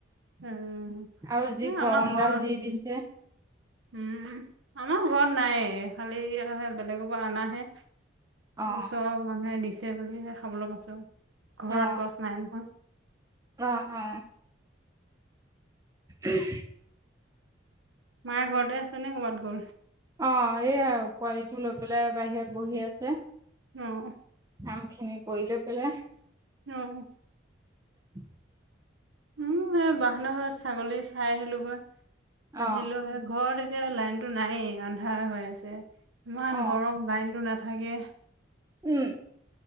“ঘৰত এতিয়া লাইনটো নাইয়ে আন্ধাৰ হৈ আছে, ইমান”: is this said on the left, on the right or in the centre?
Right